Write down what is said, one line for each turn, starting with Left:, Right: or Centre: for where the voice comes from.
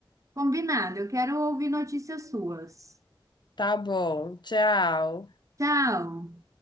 Right: Combinado, eu quero ouvir notícias suas.
Left: Tá bom. Tchau.
Right: Tchau.